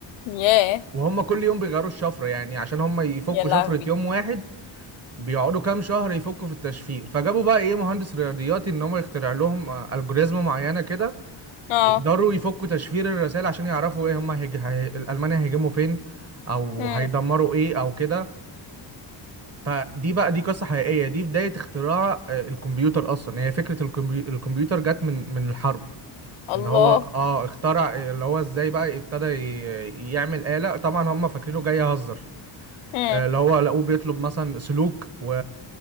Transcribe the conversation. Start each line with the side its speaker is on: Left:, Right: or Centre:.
Left: ياه
Right: وهم كل يوم بيغيروا الشفره يعني عشان هم يفكوا
Left: يا لهوي
Right: شفره يوم واحد بيقعدوا كام شهر يفكوا في التشفير فجابوا بقى ايه مهندس رياضياتي ان هم يخترع لهم الجوريزم معينه كده
Left: اه
Right: يقدروا يفكوا تشفير الرسائل عشان يعرفوا ايه هم هيج... هي... الالمان هيهاجموا فين او
Left: هم
Right: هيدمروا ايه او كده فدي بقى دي قصه حقيقيه دي بدايه اختراع آه، الكمبيوتر اصلا يعني هي فكره الكمبي... الكمبيوتر جت من من الحرب
Left: الله
Right: ان هو اه اخترع اللي هو ازاي بقى ابتدى ي... يعمل آلة طبعا هم فاكرينه جاي يهزر
Left: هم
Right: آه، اللي هو لقوه بيطلب مثلا سلوك و...